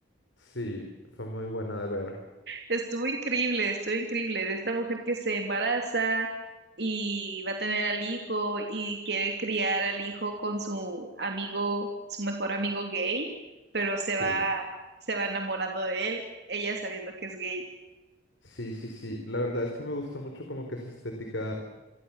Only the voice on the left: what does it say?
Sí, fue muy buena de ver.
Sí,
sí, sí, sí. La verdad es que me gustó mucho como que esa estética